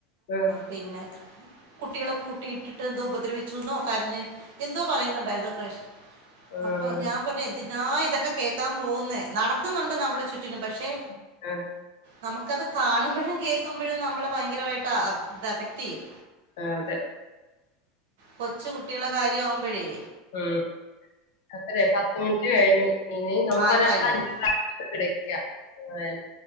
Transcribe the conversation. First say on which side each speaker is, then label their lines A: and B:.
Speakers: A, on the left (about 70°); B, on the right (about 75°).
A: ഉം <unintelligible>
B: പിന്നെ കുട്ട്യാളെ പൂട്ടിയിട്ടിട്ട് എന്തോ ഉപ ചുനോ കരഞ്ഞ് എന്തോ പറയുന്നുണ്ടായിരുന്നു ക്രഷ്
A: ആഹ്
B: അപ്പോ ഞാൻ പറഞ്ഞ് ന്തിനാ ഇതൊക്കെ കേക്കാ പോകുന്നേ നടക്കുന്നുണ്ട് നമ്മുടെ ചുറ്റിനും പക്ഷേ
A: ആഹ്
B: നമുക്കത് കാണുമ്പഴും കേക്കുമ്പഴും നമ്മളെ ഭയങ്കരമായിട്ട് ഇതഫക്റ്റ് ചെയ്യും
A: അതെ
B: കൊച്ചു കുട്ടികളെ കാര്യാമ്പോഴേ
A: ഉം അപ്പഴേ പത്ത് മിനിറ്റ് കഴിഞ്ഞു ഇനി നമുക്ക്
B: ആയി
A: ഒരാ
B: കഴിഞ്ഞു
A: അഞ്ച
B: കഴിഞ്ഞു
A: കടക്ക ഏ <unintelligible>